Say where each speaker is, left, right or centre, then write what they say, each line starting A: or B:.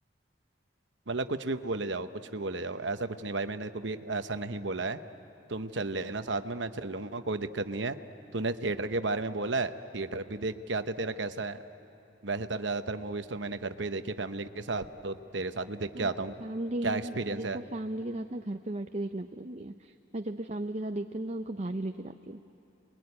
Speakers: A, on the right; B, on the right.
A: मतलब कुछ भी बोले जाओ कुछ भी बोले जाओ ऐसा कुछ नहीं भाई मैंने कभी ऐसा नहीं बोला है तुम चल लेना साथ में मैं चल लूंगा कोई दिक्कत नहीं है तूने थिएटर के बारे में बोला है थिएटर भी देख के आते तेरा कैसा है वैसे तर ज़्यादातर मूवीज़ तो मैंने घर पे ही देखी है फैमिली
B: नहीं
A: के साथ तो तेरे साथ भी देख के
B: फैमिली
A: आता हूँ क्या
B: मेरे
A: एक्सपीरियंस है
B: को फैमिली के साथ ना घर पे बैठ के देखना पसंद नहीं है मैं जब भी फैमिली के साथ देखती हूँ ना तो उनको बाहर ही लेके जाती हूँ